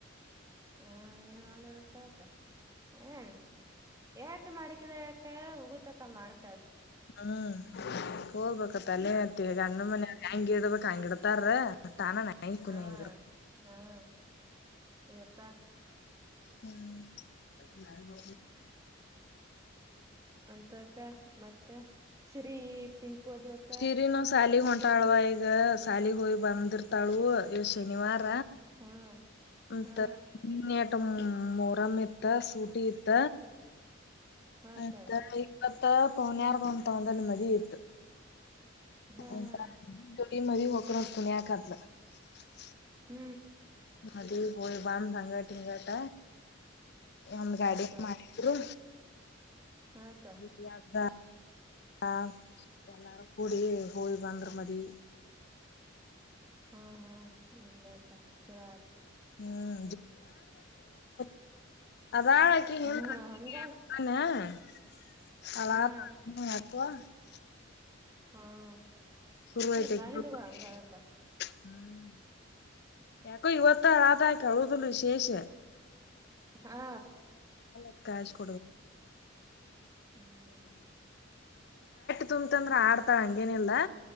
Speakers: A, on the right; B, on the left.
A: ಹಾ ಏನ್ ಮಾಡಳಕ್ಕಕ್ಕ ಏನ್ ಏಟು ಮಾಡಿ ಹೋಗುತಕ್ಕ ಮಾಡದ್
B: ಹ್ಮ್ ಹೋಗ್ಬೇಕ ತಲೆಅತ್ತಿ ಗಂಡನ್ ಮನೆ ಹೆಂಗೆ ಇದ್ಬಿಟ್ <unintelligible> ತಾನ ನಾಯಿ ಕುಣ್ಣಿ
A: ಹಾ
B: ಹಂಗಿರು
A: ಹಾ ಏತ
B: ಹ್ಮ್
A: ಅಂತಕ್ಕ ಮತ್ತ ಶ್ರೀ ಪಿಂಕೋದು ಅಕ್ಕ
B: ಶಿರಿನ ಸಾಲಿ ಹೊಂಟ ಇರ್ತಾಳವ ಈಗ ಸಾಲಿಗೆ ಹೋಗಿ ಬಂದಿರ್ತಾಳುವ ಇವತ್ ಶನಿವಾರ
A: ಹಾ
B: <unintelligible>
A: ಹಾ
B: ಮೊರಮ್ ಇತ್ತ ಸೂಟಿ ಇತ್ತ
A: ಹಾಕ್ಕ
B: ಹತ್ತ ಇಪ್ಪತ ಪೌನ್ಯಾರ್ ಬಂದ್ ತಕೊಂದು ಹೋಗನ ಮದ್ವೆ ಇತ್ತು
A: ಹ್ಮ್
B: ಅಂತ
A: ಹ್ಮ್
B: <unintelligible>
A: ಹ್ಮ್
B: ಅದು ಹೋಯಿ ಬಂದ ಹಂಗಟ ಹಿಂಗಟ ಒಂದ್
A: ಹಾಕ್ಕ
B: ಗಾಡಿ ಮಾಡಿದ್ರು
A: ಹಾಕ್ಕ
B: <unintelligible> ಹ ಎಲ್ಲಾರು ಕೂಡಿ ಹೋಯಿ ಬಂದ್ರು ಮದ್ವೆ
A: ಹಾ ಹಾ ಇಲ್ಲೆ ಅಕ್ಕ ಚಲೋ ಆಯ್ತು
B: ಹ್ಮ್ <unintelligible> ಅಲ್ಲೆ ಅದಾಳ ಅಕಿಗ್ <unintelligible>
A: ಹಾ ಹಂಗ
B: <unintelligible>
A: ಹಾ <unintelligible>
B: ಶುರು
A: <unintelligible>
B: ಐತಿ ಆಕಿ ಹ್ಮ್ ಯಾಕೋ ಇವತ್ತ ಆದಾಯಕ ಉಳುದಲು ವಿಶೇಷ
A: ಹಾ
B: <unintelligible> <unintelligible>
A: ಹ್ಮ್
B: ತುಂಬತ್ ಅಂದ್ರ ಆಡ್ತಾಳ ಹಂಗೇನಿಲ್ಲಾ